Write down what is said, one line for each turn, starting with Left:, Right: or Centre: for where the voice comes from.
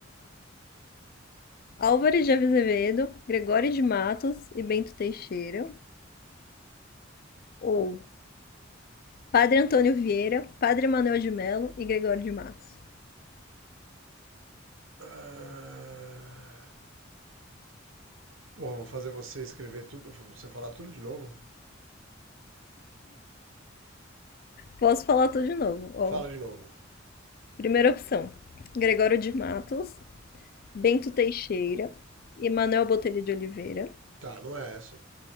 Left: Álvares de Azevedo, Gregório de Matos e Bento Teixeira. ou Padre Antônio Vieira, Padre Manuel de Melo e Gregório de Matos.
Right: Ah, Porra, vou fazer você escrever tudo, você falar tudo de novo.
Left: Posso falar tudo de novo, ó.
Right: Fala de novo.
Left: Primeira opção, Gregório de Matos, Bento Teixeira e Manuel Botelho de Oliveira.
Right: Tá, não é essa.